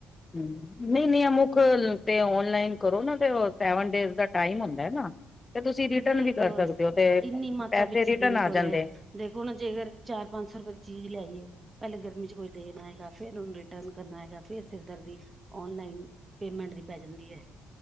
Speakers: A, on the left; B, on the right.
A: ਹੂੰ ਨਹੀਂ ਨਹੀਂ ਆ ਮੁਕ ਤੇ ਓਨਲਾਈਨ ਕਰੋ ਨਾ ਤੇ ਸੈਵਨ ਡੇਜ਼ ਦਾ ਟਾਈਮ ਹੁੰਦਾ ਨਾ ਤੇ ਤੁਸੀਂ ਰਿਟਰਨ
B: ਕਿਦੇ
A: ਵੀ ਕਰ
B: ਕੋਲ
A: ਸਕਦੇ ਹੋ, ਤੇ
B: ਇੰਨੀ ਮਾਤਾ
A: ਪੈਸੇ
B: ਪਿੱਛੀ
A: ਰਿਟਰਨ
B: ਕਿਦੇ
A: ਆ
B: ਕੋਲੇ
A: ਜਾਂਦੇ
B: ਦੇਖੋ ਨਾ ਜੇਕਰ, ਚਾਰ ਪੰਜ ਸੌ ਰੁਪਏ ਦੀ ਚੀਜ਼ ਲਿਆਈਏ ਪਹਿਲੇ ਗਰਮੀ 'ਚ ਕੋਈ ਦੇਣ ਆਏਗਾ, ਫਿਰ ਉਹਨੂੰ ਰਿਟਰਨ ਕਰਨਾ ਆਏਗਾ, ਫਿਰ ਸਿਰ ਦਰਦੀ ਓਨਲਾਈਨ ਪੇਮੈਂਟ ਦੀ ਪੈ ਜਾਂਦੀ ਹੈ,